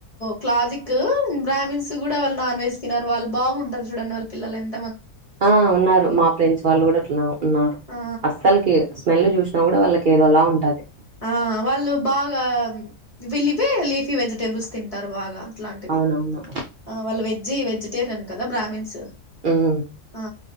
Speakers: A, on the left; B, on the right.
A: క్లాజికు, గ్రామీన్స్ త కూడా వాళ నాన్ వెజ్ తినరు, వాళ్ళ బాగుంటరు చూడండి వాళ పిల్లలు ఎన్
B: ఆ ఉన్నారు మా ఫ్రెండ్స్ వాళ్ళు కూడా అట్లా ఉన్నారు.
A: ఆ
B: అస్సలకి స్మెల్ చూసినా కూడా వాళ్ళకి ఏదోలా ఉ ఉంటది
A: ఆ వాళ్ళు బాగా వీలివే లీఫీ వెజిటేబుల్స్ తింటారు. బాగా ఇట్లాంటివి
B: అవునవును
A: ఆ వాళ్ళ విజ్జి వెజటరియన్ కదా బ్రమీన్స్
B: ఉమ్,
A: ఆ